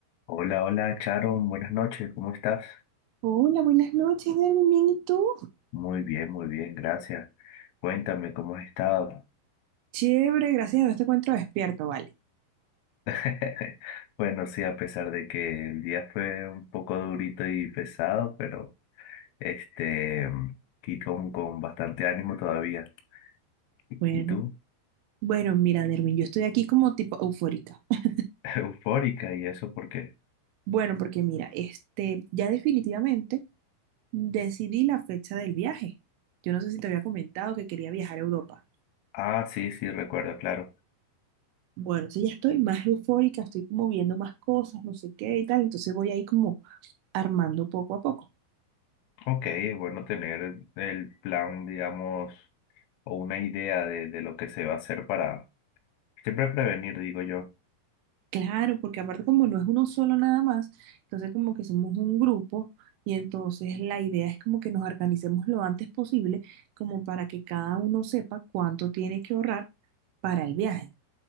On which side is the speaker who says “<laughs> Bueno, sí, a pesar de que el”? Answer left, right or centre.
Left